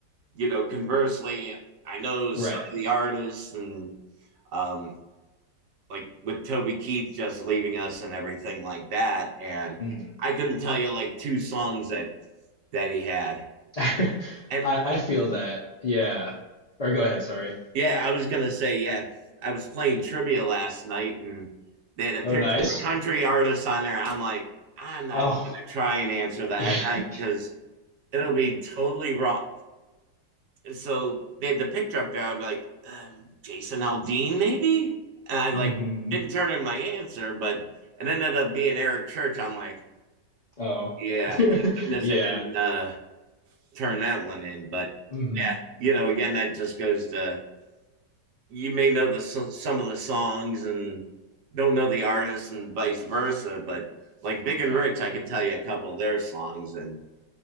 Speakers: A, on the right; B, on the left.
A: you know, conversely, I know some
B: right.
A: of the artists and um like with Toby Keith just leaving us and everything like that. And
B: Mhm.
A: I couldn't tell you like two songs that that he had.
B: <laughs> I
A: And
B: I feel that. Yeah. Or go ahead, sorry.
A: Yeah, I was gonna say, yeah. I was playing trivia last night and they had a picture
B: Oh, nice.
A: of a country artist on there. I'm like, I'm not
B: Oh,
A: even gonna try and answer that.
B: <laughs>
A: I
B: yeah.
A: because it'll be totally wrong. So they had the picture up there. I'm like, um, Jason Aldean, maybe? And I like
B: hmm
A: didn't turn in my answer, but it ended up being Eric Church. I'm like,
B: Oh.
A: yeah,
B: <laughs>
A: thank goodness
B: Yeah.
A: I didn't uh, turn that one in. But
B: hmm
A: yeah, you know, again, that just goes to you may know the so, some of the songs and don't know the artists and vice versa, but like Big and
B: Right.
A: Rich, I could tell you a couple of their songs. And